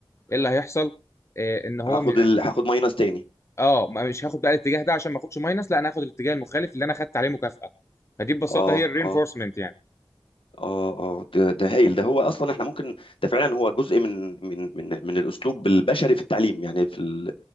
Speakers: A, on the left (about 30°); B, on the left (about 70°).
A: ايه اللي هيحصل؟ آه ان هو
B: هاخد
A: م...
B: ال... هاخد ماينس تاني
A: اه ما- مش هاخد بقى الاتجاه ده عشان ما اخدش ماينس لا انا هاخد الاتجاه المخالف اللي انا خدت عليه مكافاه فدي ببساطه
B: اه
A: هي الرينفورسمنت
B: اه
A: يعني
B: اه اه ده, ده هايل ده هو اصلا احنا ممكن ده فعلا هو جزء من من من من الاسلوب البشري في التعليم يعني في ال